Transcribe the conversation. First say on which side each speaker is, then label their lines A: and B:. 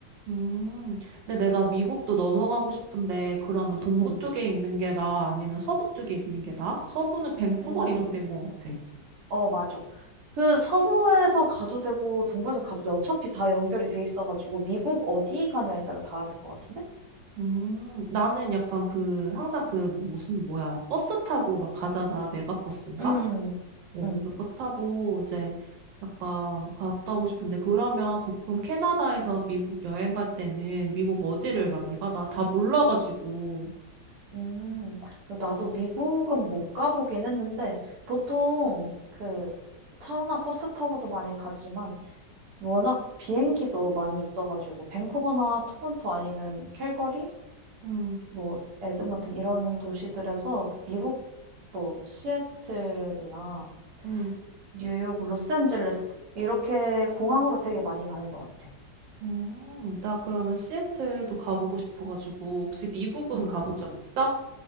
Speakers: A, on the right; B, on the right.
A: 음, 근데 내가 미국도 넘어가고 싶은데 그러면 동부
B: 응.
A: 쪽에 있는 게 나아? 아니면 서부 쪽에 있는 게 나아? 서부는 밴쿠버
B: 음.
A: 이런 데인 것 같아.
B: 어, 맞아. 그 서부에서 가도 되고 동부에서 가도 돼. 어차피 다 연결이 돼 있어가지고 미국 어디 가냐에 따라 다를 것 같은데?
A: 음, 나는 약간 그, 항상 그, 무슨, 뭐야, 버스 타고 막 가잖아. 메가버스인가?
B: 응,
A: 어,
B: 응,
A: 그거 타고 이제 약간 갔다 오고 싶은데, 그러면 보통 캐나다에서 미국 여행 갈 때는 미국 어디를
B: 음.
A: 많이 가? 나 다 몰라가지고.
B: 음, 나도 미국은 못 가보긴 했는데, 보통 그 차나 버스 타고도 많이 가지만, 워낙 비행기도 많이 있어가지고, 밴쿠버나 토론토 아니면 캘거리?
A: 음,
B: 뭐, 에드먼튼 이런 도시들에서 미국 뭐, 시애틀이나
A: 음,
B: 뉴욕, 로스앤젤레스. 이렇게 공항으로 되게 많이 가는 것 같아.
A: 음. 나 그러면 시애틀도 가보고 싶어가지고, 혹시 미국은
B: 응.
A: 가본 적 있어?